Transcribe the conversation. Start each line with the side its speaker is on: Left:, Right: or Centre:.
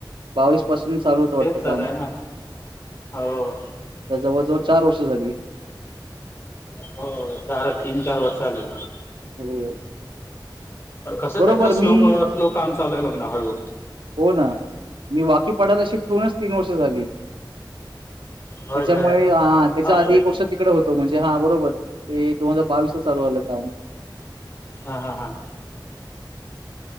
Right: बावीस पासून चालू होतं वाटतं
Left: तेच चालू
Right: काम
Left: आहे ना हो
Right: त्या जवळ-जवळ चार वर्ष झाली.
Left: हो साडे तीन चार वर्ष झाली.
Right: हो.
Left: तर कसं
Right: बरोबर
Left: त्यांच स्लो
Right: मी
Left: स्लो काम चालू आहे बघ ना हळू.
Right: हो ना मी वाकीपाडाला शिफ्ट होऊनच तीन वर्ष झाली.
Left: होय
Right: त्याच्यामुळे
Left: काय
Right: आ त्याच्या
Left: बापरे
Right: आधी एक वर्ष तिकडे होतो म्हणजे हा बरोबर. ते दोन हजार बावीस ला चालू झालं काम.
Left: हा हा हा.